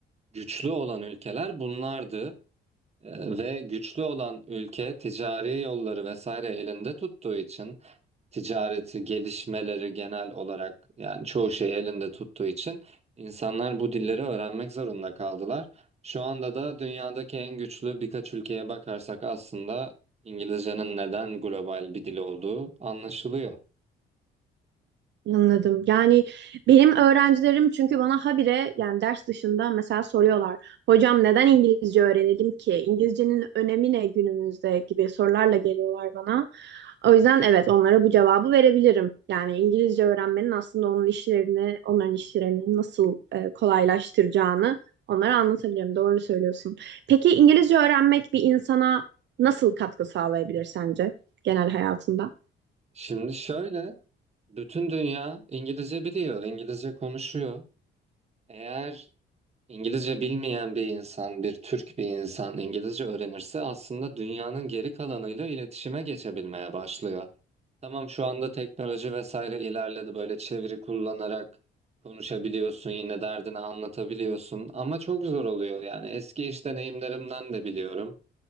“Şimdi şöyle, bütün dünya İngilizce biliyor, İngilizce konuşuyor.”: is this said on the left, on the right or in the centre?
Right